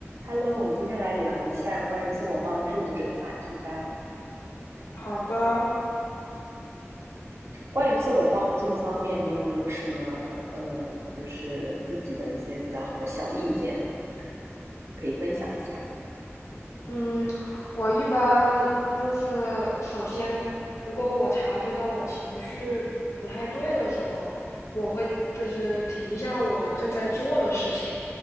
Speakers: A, on the right; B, on the left.
A: Hello，我们今天来聊一下关于自我帮助的这个话题吧。
B: 好的，
A: 关于自我帮助方面，你有没有什么呃，就是自己的一些比较好的小意见可以分享一下？
B: 嗯，我一般就是首先，如果我察觉到我情绪不太对的时候，我会就是停一下我正在做的事情，